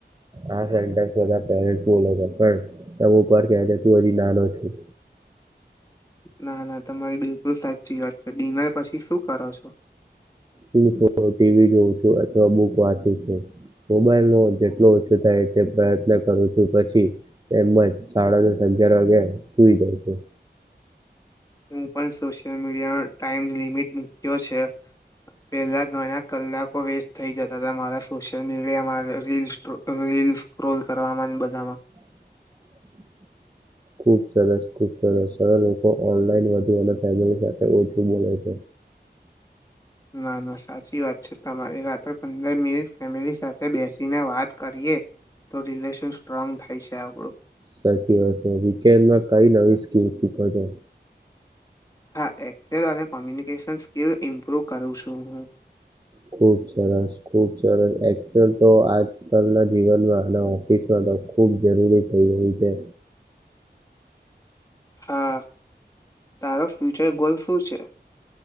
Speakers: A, on the right; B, on the left.
A: આ સેન્ટર પે બોલો છે પણ તુર કે છે તું હજી નાનો છું.
B: ના ના તમારી બિલકુલ સાચી વાત છે ડિનર પછી શું કરો છો.
A: હું ટીવી જોઉં છું અથવા બુક વાંચું છું. મોબાઈલ નો જેટલો ઓછો થાય તે પ્રયત્ન કરું છું પછી એજ સાડા ન અગિયાર વાગે સુઈ જાય છું.
B: હું પણ સોશિયલ મીડિયાનો ટાઈમ લિમિટ મૂક્યો છે. પહેલા ઘણા કલાકો વેસ્ટ થઈ જતા હતા મારા સોશિયલ મીડિયા રીલ સ્કો રીલ રીલ સ્ક્રોલ કરવાવામાં બધામાં.
A: <inaudible> ખુબ સરસ ખુબ સરસ સર લોકો ઓનલાન વધુ ફ સાથે ઓછું બો છે.
B: ના ના સાચી વાત છે, તમારી રાત્રે પંદર મિનિટ ફેમિલી સાથે બેસીને વાત કરીએ. તો રિલેશન સ્ટ્રોંગ થઈ છે આ બર
A: સાચી વાત છે, વિકેન્નડ કઈ નવી સ્કીલ શીખો છો?
B: હા, એક્સેલ અને કોમ્યુનિકેશન સ્કિલ ઇમ્પ્રુવ કરું છું હું.
A: ખુબ સરસ ખુબ સરસ, એક્સલ તો આજકાલના જીવનમાં અને ઓફિસમાં ખુબ જરૂરી થઈ ગયું છે.
B: હા, તારો ફ્યુચર ગોલ શું છે?